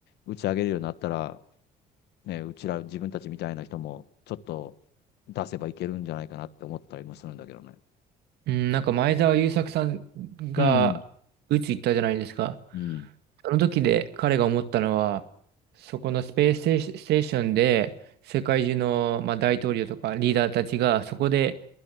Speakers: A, on the left; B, on the right.
A: 打ち上げるようになったら、ね、うちら自分たちみたいな人もちょっと出せばいけるんじゃないかなって思ったりもするんだけどね。
B: うん、なんか前澤友作さんが宇宙行ったじゃないですか。
A: うん。うん。
B: その時で彼が思ったのは、そこのスペースステーシステーションで世界中の、まあ、大統領とかリーダーたちがそこで